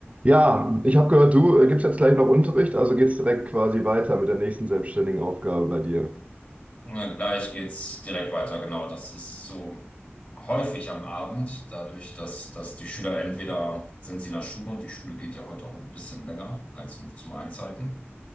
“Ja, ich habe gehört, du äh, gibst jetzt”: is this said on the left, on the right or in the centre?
Right